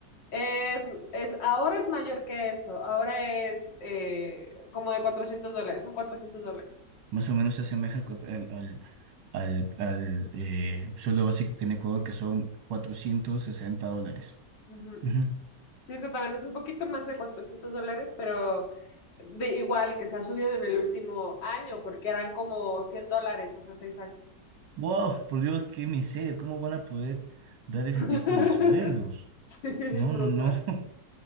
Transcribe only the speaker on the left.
Es, es, ahora es mayor que eso, ahora es eh, como de 400 dólares, son 400 dólares.
Ujú.
Sí, eso también es un poquito más de 400 dólares, pero de igual que se ha subido en el último año, porque eran como 100 dólares hace seis años.
<laughs>
Sí,
brutal.